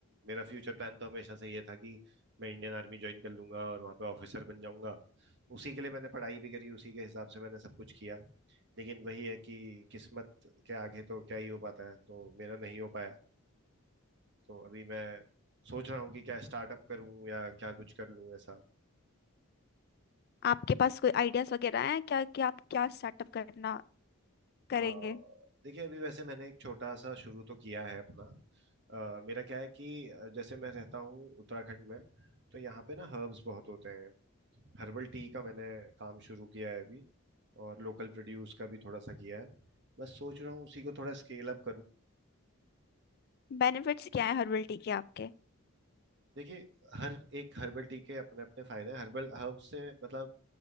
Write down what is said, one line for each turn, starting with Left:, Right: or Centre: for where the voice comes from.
Right: मेरा फ्यूचर प्लान तो हमेशा से ये था कि मैं इंडियन आर्मी ज्वाइन कर लूंगा और वहां पे ऑफिसर बन जाऊंगा उसी के लिए मैंने पढ़ाई भी करी उसी के हिसाब से मैंने सब कुछ किया लेकिन वही है कि किस्मत के आगे तो क्या ही हो पाता है तो मेरा नहीं हो पाया तो अभी मैं सोच रहा हूँ कि क्या स्टार्टअप करूँ या क्या कुछ कर लूँ ऐसा
Left: आपके पास कोई आइडियाज वगैरह हैं क्या कि आप क्या स्टार्टअप करना करेंगे
Right: हाँ देखिए अभी वैसे मैंने एक छोटा सा शुरू तो किया है अपना अ, मेरा क्या है कि अ, जैसे मैं रहता हूँ उत्तराखंड में तो यहाँ पे ना हर्ब्स बहुत होते हैं हर्बल टी का मैंने काम शुरू किया है अभी और लोकल प्रोड्यूस का भी थोड़ा सा किया है बस सोच रहा हूँ उसी को थोड़ा स्केल अप करूँ
Left: बेनिफिट्स क्या है हर्बल टी के आपके
Right: देखिए हर एक हर्बल टी के अपने अपने फायदे हैं हर्बल हर्ब से मतलब